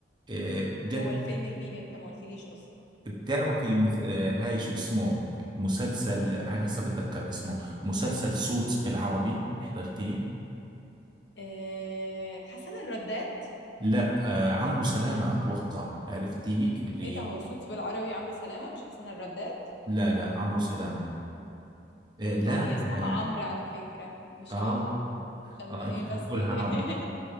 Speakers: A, on the right (about 25°); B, on the left (about 75°).
A: آه، جد
B: هو الفيلم لمين انت ما قلتليش اصلا
A: بتعرفي مث... آه، هاي شو اسمه مسلسل آه، هسه بتذكر اسمه مسلسل سوتس بالعربي حضرتيه
B: أه حسن الرداد
A: لا آه، عمرو سلامة اتوقع عرفتيه اللي
B: ايه ده هو السوتس بالعربي عمرو سلامه مش حسن الرداد
A: لا لا عمرو سلامة آه، لا
B: اه هي اسمها
A: آه،
B: عمرو على فكره مش
A: اه
B: عمرو عشان
A: اه
B: ايه
A: انتوا
B: بس
A: بتحكوا
B: إيه
A: لها عمرو
B: <laughs>